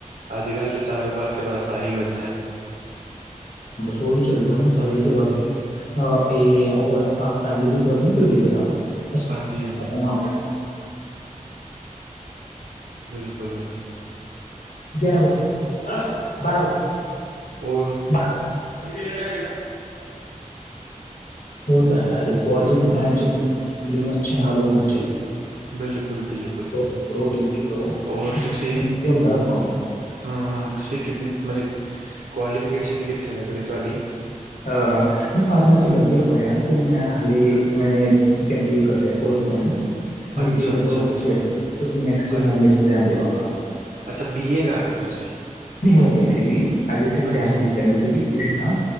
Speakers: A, on the right; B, on the left.
A: ਆੱਜ-ਕਾੱਲ ਤੇ ਚਾਰੋਂ ਪਾਸੇ ਬਾੱਸ ਆਹੀ ਕੋਛ ਐ।
B: ਬੱਸ ਓਈ ਚੱਲਦਾ ਸਾਰੀ
A: ਹਮ
B: ਜਗਾ। ਅ ਇਹ ਹੈ ਉਹ ਹੈ ਫੈਮਲੀ ਦੀ ਤਰਫ ਨਹੀਂੀ ਕੋਈ ਵੇਖਦਾ ਬਸ
A: ਹਾਂਜੀ ਹਾਂਜੀ
B: ਆਪਣਾ
A: ਬਿਲਕੁਲ
B: ਗਿਆਰਾਂ ਵਜੇ ਬਾਰਾਂ ਵਜੇ
A: ਔਰ
B: <unintelligible> ਉਹ ਤਾਂ ਹੈ ਦੇਖੋ ਅੱਜ ਦੇ
A: ਹਮ
B: ਟਾਈਮ ਚ ਫੈਮਿਲੀ ਨੂੰ ਅੱਛੇ ਨਾਲ ਹੋਣਾ ਚਾਹੀਦਾ
A: ਬਿਲਕੁਲ ਬਿਲਕੁਲ
B: ਕਰੋ ਡਿਊਟੀ ਕਰੋ
A: ਔਰ ਤੁਸੀਂ
B: ਬਣਾ ਰੱਖੋ
A: ਹਾਂ ਹਾਂ ਤੁਸੀਂ ਕਿਨੀ ਮਤਲਬ ਕੁਆਲੀਫਿਕੇਸ਼ਨ ਕਿੱਥੇ ਤੱਕ ਦੀ ਤੁਹਾਡੀ
B: ਅ ਮੈਂ ਫਾਰਮਾ ਚ ਲੱਗਿਆ ਹੋਇਆ ਤੇ ਮੈਂ ਹਾਲੇ ਮੈਨੇ ਐਮ ਬੀ ਏ ਕਰ ਰਿਹਾ ਕੋਰਸਪੋਂਡਸ ਮੇਰੇ
A: ਅੱਛਾ,
B: ਬੀ
A: ਅੱਛਾ,
B: ਲਗਭਗ
A: ਅੱਛਾ,
B: ਹੋ ਗਿਆ ਬਸ ਨੇਕਸੱਟ
A: ਅੱਛ
B: ਐਗਸਾਮ ਦੇਵਾਂਗਾ
A: ਅੱਛਾ ਬੀ ਏ ਕਰ ਰਹੇ ਓ ਤੁਸੀਂ
B: ਨਹੀਂ ਹੋ ਗਿਆ ਮੇਰੀ ਬੀ ਏ ਅੱਜ ਇਗਜਾਮ
A: ਅੱਛ
B: ਦਿਤਾ ਵੀ ਇਸੇ ਸਾਲ